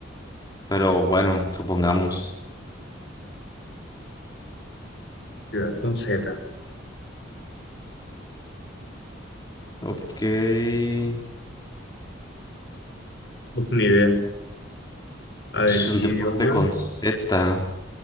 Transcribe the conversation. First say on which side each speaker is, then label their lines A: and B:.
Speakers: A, on the left; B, on the left.
A: Pero bueno, supongamos.
B: Ciudad con Z.
A: Ok. Es
B: Ni idea. A ver,
A: un
B: idioma.
A: deporte con Z.